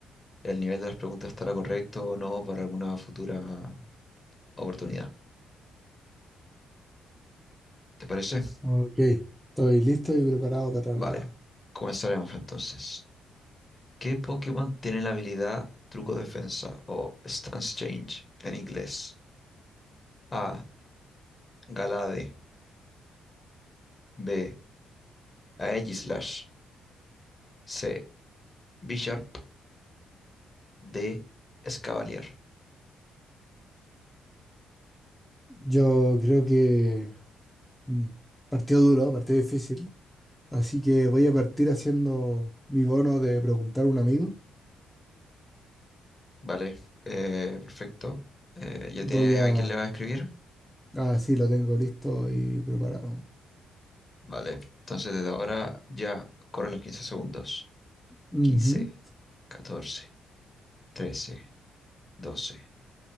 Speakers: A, on the left; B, in the centre.
A: el nivel de las preguntas estará correcto o no para alguna futura oportunidad. ¿Te parece?
B: Ok. Estoy listo y preparado para
A: Vale,
B: la...
A: comenzaremos entonces. ¿Qué Pokémon tiene la habilidad Truco Defensa o Stance Change en inglés? A. Galade. B. Aegislash. C. Bisharp. D. Escavalier.
B: Yo creo que mm, partido duro, partido difícil. Así que voy a partir haciendo mi bono de preguntar a un amigo.
A: Vale, eh, perfecto. Eh, ¿ya
B: Voy
A: tienes
B: a...
A: a quién le va a escribir?
B: Ah, sí, lo tengo listo y preparado.
A: Vale, entonces desde ahora ya corren los 15 segundos.
B: Ujú.
A: 15, 14, 13, 12,